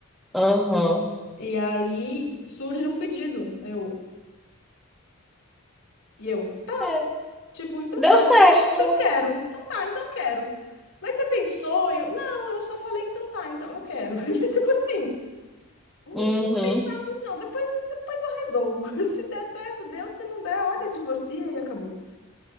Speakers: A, in the centre; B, on the left (about 85°).
A: aham.
B: E aí surge um pedido, eu, e eu.
A: É,
B: Tipo, então
A: deu
B: tá,
A: certo.
B: então quero, então tá, então quero. Mas você pensou? Eu, não, eu só falei, então tá, então eu quero. <laughs> Tipo assim, não
A: Uhum,
B: quis pensar muito, não. Depois, depois eu resolvo. <laughs> Se der certo, deu. Se não der, olha, divorcia e acabou.